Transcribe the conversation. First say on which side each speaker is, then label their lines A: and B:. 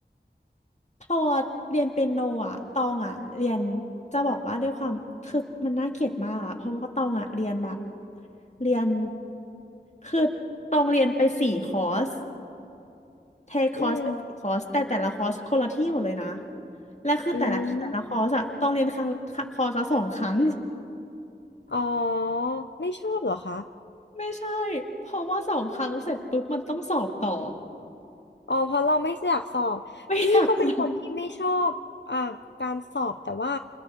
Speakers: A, on the left (about 40°); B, on the left (about 80°).
A: พอเรียนเปียโนอ่ะตองอ่ะเรียนจะบอกว่าด้วยความคือมันน่าเกลียดมากอ่ะเพราะว่าตองอ่ะเรียนแบบเรียนคือตองเรียนไปสี่คอร์สเทคคอร์สไปสี่คอร์สแต่แต่ละคอร์สคนละที่หมดเลยนะ
B: อืม
A: และคือแต่ละแต่ละคอร์สอะต้องเรียนครั้งคอร์สละสองครั้ง
B: อืมอ๋อ ไม่ชอบเหรอคะ
A: <laughs> ไม่ใช่เพราะว่าสองครั้งเสร็จปุ๊บมันต้องสอบต่อ
B: อ๋อเพราะเราไม่อยากสอบพี่ก็เป็นคนที่ไม่ชอบอ่าการสอบแต่ว่า
A: ไม่อยากรู้